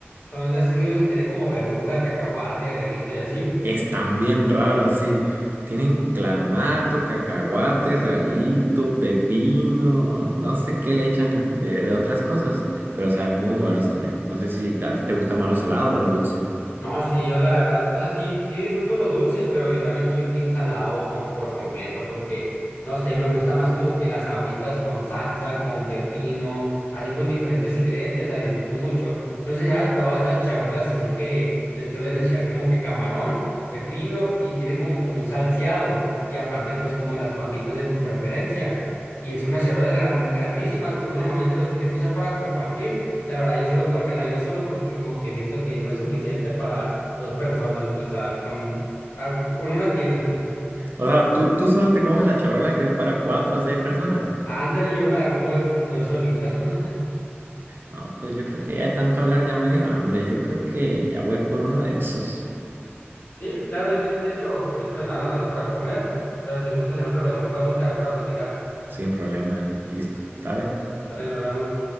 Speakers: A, on the left; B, on the right.
A: Son así que ellos tienen como verdura, cacahuate, relito y así.
B: Están bien raros, sí. Tienen clamato, cacahuate, realito, pepino, no sé qué le echan de, de otras cosas, pero saben muy buenos también. No sé si a ti te gusta más lo salado o lo dulce.
A: No, sí, yo la verdad, o sea, sí, sí disfruto lo dulce, pero yo también soy team salado con- por completo, porque, no sé, me gusta más como que las sabritas con salsa, con pepino, así con diferentes ingredientes, la disfruto mucho. No sé si has probado estas charolas, así que les suelen echar como que camarón, pepino y tienen como que un salseado y aparte pues como las papitas de tu preferencia. Y es unas charolas gran- grandísimas que uno normalmente lo tiene que usar para compartir. La verdad, yo suelo comérmela yo solo porque como que siento que no es suficiente para dos personas, pues, ah, con, ah, con una tienes, pues.
B: O sea, ¿tú, tú solo te comes la charola que es para cuatro o seis personas?
A: Ándale, yo me la como yo, po- yo solito. <laughs>
B: No, pues yo creo que ya de tanto hablar ya me dio hambre. Yo creo que ya voy a ir por uno de esos
A: Sí, claro, yo también, de hecho, ahorita me estaban hablando para comer, pero si gustas en otra ocasión podemos quedar para platicar.
B: sin problema. Listo, ¿sabes?
A: Dale, nos vemos.